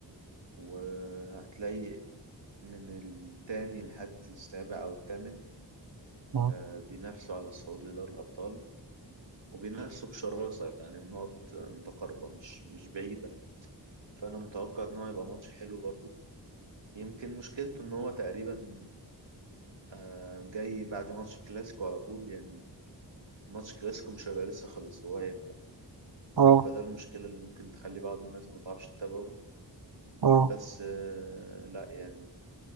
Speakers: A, on the right; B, on the right.
A: وهتلاقي من التاني لحد السابع أو الثامن
B: آه.
A: آه، بينافسوا على الصعود لدوري الأبطال وبينافسوا بشراسة يعني النقط متقاربة مش مش بعيدة فأنا متوقع إن هو هيبقى ماتش حلو برضه يمكن مشكلته ان هو تقريبا آه، جاي بعد ماتش كلاسيكو على طول يعني ماتش كلاسيكو مش هيبقى لسه خلص هو هيبدأ
B: اه
A: فده المشكلة اللي ممكن تخلي بعض الناس ما تعرفش تتابعه
B: اه
A: بس آه، لا يعني